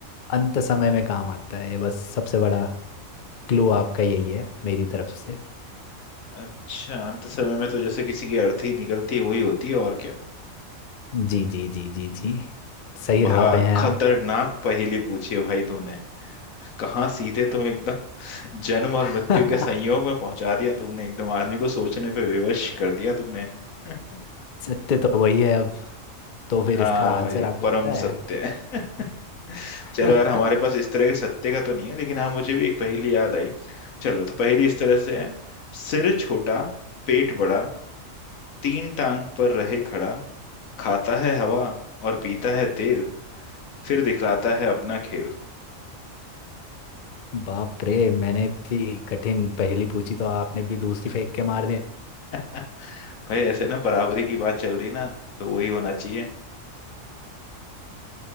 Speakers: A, on the left (about 50°); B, on the left (about 85°).
A: अंत समय में काम आता है ये बस सबसे बड़ा क्लू आपका यही है मेरी तरफ से
B: अच्छा अंत समय में तो जैसे किसी की अर्थी निकलती है वही होती है और क्या
A: जी जी जी जी जी सही
B: बड़ा
A: राह पे हैं
B: खतरनाक
A: आप
B: पहेली पूछी है भाई तुमने कहाँ सीधे तुम एकदम <laughs> जन्म और
A: <laughs>
B: मृत्यु के संयोग में पहुंचा दिया तुमने एकदम आदमी को सोचने पे विवश कर दिया तुमने <laughs>
A: सत्य तो वही है अब तो फिर
B: हाँ
A: इसका आंसर
B: भाई
A: आपको
B: परम
A: पता है
B: सत्य है <laughs>
A: <laughs>
B: चलो यार हमारे पास इस तरह के सत्य का तो नहीं है लेकिन हाँ मुझे भी एक पहेली याद आई चलो तो पहेली इस तरह से है सिर छोटा पेट बड़ा तीन टांग पर रहे खड़ा खाता है हवा और पीता है तेल फिर दिखलाता है अपना खेल
A: बाप रे मैंने इतनी कठिन पहेली पूछी तो आपने भी दूसरी फेंक के मार दी
B: <laughs> भाई ऐसे ना बराबरी की बात चल रही ना तो वही होना चाहिए